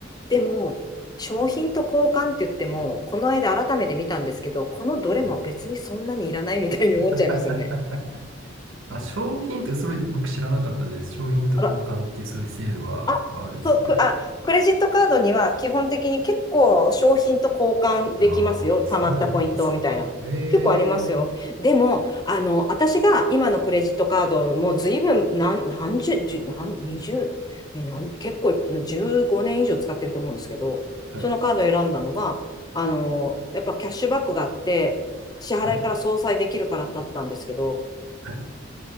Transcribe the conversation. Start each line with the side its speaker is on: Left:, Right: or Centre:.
Left: でも、商品と交換って言っても、この間改めて見たんですけど、このどれも別にそんなにいらないみたいに思っちゃいますよね。
Right: はい <laughs> あ、商品って、それ僕知らなかったです。商品と交換っていうそういう制度があるんですね。
Left: あらあ、そう、く、あ、クレジットカードには基本的に結構商品と交換できますよ。
Right: ああ、そうなんですね。
Left: 貯まったポイントみたいな。
Right: ええ
Left: 結構ありますよ。でも、あの、私が今のクレジットカードもう随分何、何十、十、何、二十、え、何、結構いっぱい15年以上使ってると思うんですけど、
Right: はい、
Left: そのカードを選んだのが、あの、やっぱキャッシュバックがあって、支払いから相殺できるからだったんですけど、
Right: はい、はい。